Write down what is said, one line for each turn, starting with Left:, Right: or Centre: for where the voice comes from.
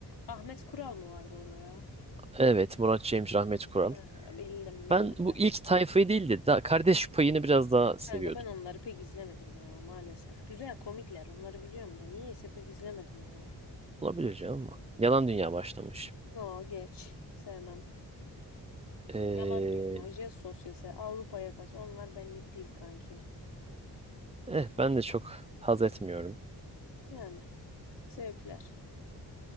Left: Ahmet Kural mı vardı orada ya?
Right: Evet Murat Cemcir Rahmet Kural.
Left: Ha, bildim bildim
Right: Ben bu
Left: evet.
Right: ilk tayfayı değil de daha kardeş payını biraz daha seviyordum.
Left: Kanka ben onları pek izlemedim ya maalesef. Güzel komikler onları biliyorum da niyeyse pek izlemedim ya.
Right: Olabilir canım ama. Yalan Dünya başlamış.
Left: No geç. Sevmem.
Right: E,
Left: Yalan dünya, jest sosyası, Avrupa yakası onlar benlik değil kanki.
Right: evet ben de çok haz etmiyorum.
Left: Yani zevkler.